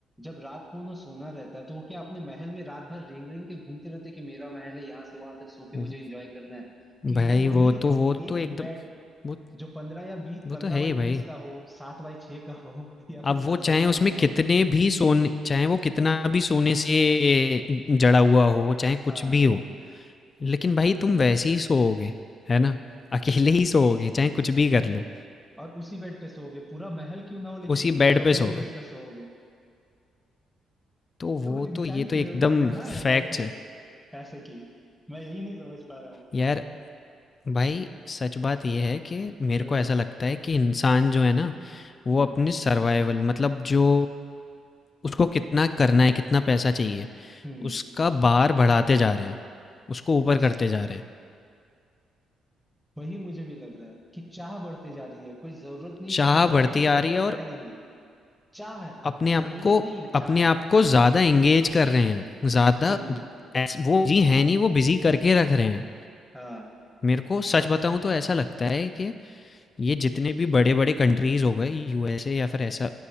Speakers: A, in the centre; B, on the left (about 35°).
A: जब रात को उन्हें सोना रहता है तो वो क्या अपने महल में रात भर रेंग रेंग के घूमते रहते हैं कि मेरा महल है यहाँ से वहां तक सो के
B: हुँ।
A: मुझे एंजॉय करना है कि
B: भाई
A: वो वही
B: वो तो वो
A: एक
B: तो एकदम
A: बेड
B: वो
A: जो पंद्रह या बी
B: वो
A: पंद्रह
B: तो है
A: बाई
B: ही भाई।
A: बीस का हो सात बाई छह का हो <laughs> या फिर
B: अब वो
A: दस बाई
B: चाहे उसमें
A: बारह का
B: कितने
A: हो
B: भी सोने चाहे वो कितना भी सोने से जड़ा हुआ हो, चाहे कुछ
A: हाँ
B: भी हो, लेकिन भाई तुम वैसे ही सोओगे, है ना? अकेले ही सोओगे, चाहे कुछ भी कर लो,
A: और उसी बेड पे सोओगे पूरा महल क्यों ना हो लेकिन
B: उसी
A: एक
B: बेड
A: कमरे
B: पे सोओगे।
A: में उसका सोओगे
B: तो
A: तो
B: वो
A: इंसान
B: तो ये तो
A: की
B: एकदम
A: जरूरत कहाँ
B: फैक्ट
A: है यार फिर
B: है।
A: पैसे की मैं यही नहीं समझ पा रहा हूँ
B: यार भाई सच बात ये है कि मेरे
A: हम्म
B: को ऐसा लगता है कि इंसान जो है ना वो
A: हम्म
B: अपने सर्वाइवल मतलब जो उसको कितना करना है कितना पैसा चाहिए
A: हम्म,
B: उसका बार बढ़ाते जा रहे हैं उसको ऊपर
A: बस
B: करते जा रहे हैं
A: वही मुझे भी लग रहा है कि चाह बढ़ती जा रही है कोई जरूरत नहीं
B: चाह
A: खत्म हो रहा
B: बढ़ती
A: और कोई
B: आ
A: जरूरत
B: रही है और
A: है नहीं चाह है
B: अपने
A: जरूरत
B: आप को
A: नहीं है
B: अपने
A: चाह है
B: आप को ज़्यादा एंगेज कर रहे हैं ज़्यादा
A: हम्म
B: ऐस- वो जी है नहीं वो बिजी करके रख रहे हैं
A: हाँ
B: मेरे को सच बताऊं तो ऐसा लगता है कि ये जितने भी बड़े-बड़े कंट्रीज़ हो गए यूएसए या फिर ऐसा